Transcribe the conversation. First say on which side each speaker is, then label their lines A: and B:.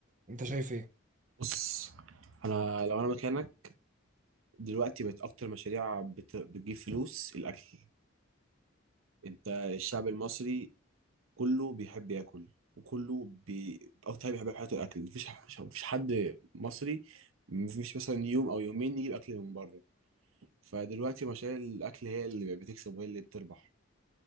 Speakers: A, on the right (about 40°); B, on the right (about 80°).
A: انت شايف ايه
B: بص انا لو انا مكانك دلوقتي بقت اكتر مشاريع بت... بتجيب فلوس الاكل انت الشعب المصري كله بيحب ياكل وكله بي... اكتر حاجه بيحب في حياته الاكل مفيش ح... مفيش حد مصري مفيش مثلا يوم او يومين يجيب اكل من بره فدلوقتي مشاريع الاكل هي اللي بتكسب وهي اللي بتربح